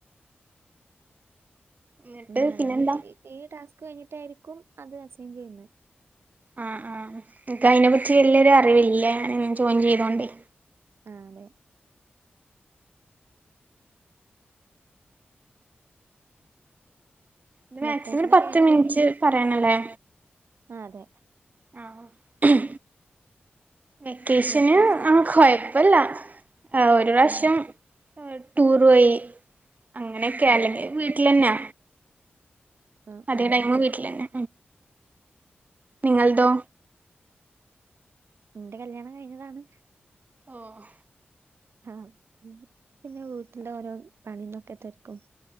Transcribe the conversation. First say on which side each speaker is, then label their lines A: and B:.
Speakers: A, on the right (about 40°); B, on the right (about 70°).
A: എന്നിട്ട്
B: വാണെങ്കി
A: പിന്നെന്താ
B: ഈ ടാസ്ക് കയിഞ്ഞിട്ടായിരിക്കും അത് അസൈൻ ചെയ്യുന്നേ
A: ആഹ് ആഹ് ക്കഅയിനെപ്പറ്റി വല്ല്യെരു അറിവില്ല ജോയിൻ ചെയ്തോണ്ടേയ്
B: ഉം ആഹ് അതെ
A: ഇത് മാക്സിമം
B: വെക്കേഷനൊക്കെ
A: ഒരു പത്ത്
B: എങ്ങനെ
A: മിനിറ്റ്
B: പോയി
A: പറയാനല്ലേ
B: ആഹ് അതെ
A: ആഹ് വെക്കേഷന്
B: വെക്കേഷൻ
A: ആഹ് കൊയപ്പല്ല ആഹ് ഒരു പ്രാവശ്യം
B: ഓഹോ
A: ടൂർ പോയി അങ്ങനെക്കെ
B: ഓഹ്
A: അല്ലെങ്കിൽ വീട്ടിലന്നെ
B: ആഹ്
A: അതിക
B: ആഹ്
A: ടൈമും
B: അതെ
A: വീട്ടിലന്നെ നിങ്ങളതോ
B: ഇന്റെ കല്യാണം കഴിഞ്ഞതാണ്
A: ഓഹ്
B: ആഹ് പിന്നെ വീട്ടിന്റെ ഓരോ പണിതൊക്കെ തെരക്കും